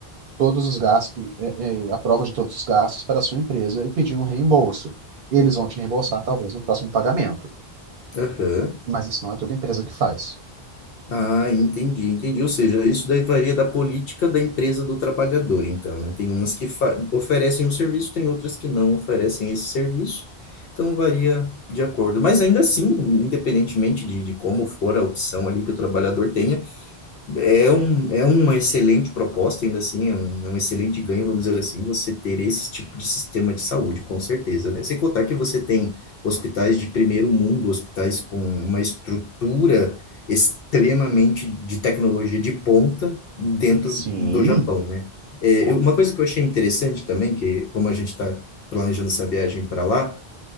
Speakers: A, on the right; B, on the left.
A: todos os gastos, eh, eh, a prova de todos os gastos para a sua empresa e pedir um reembolso. Eles vão te reembolsar, talvez, no próximo pagamento.
B: Aham.
A: Mas isso não é toda empresa que faz.
B: Ah, entendi, entendi. Ou seja, isso daí varia da política da empresa do trabalhador, então, né? Tem umas que fa- oferecem um serviço, tem outras que não oferecem esse serviço. Então, varia de acordo. Mas ainda assim, independentemente de, de como for a opção ali que o trabalhador tenha, é, um, é uma excelente proposta, ainda assim, é um, é um excelente ganho, vamos dizer assim, você ter esse tipo de sistema de saúde, com certeza, né? Sem contar que você tem hospitais de primeiro mundo, hospitais com uma estrutura extremamente de tecnologia de ponta dentro
A: Sim,
B: do Japão, né? É,
A: com-
B: eu- uma coisa que eu achei interessante também, que como a gente está planejando essa viagem para lá,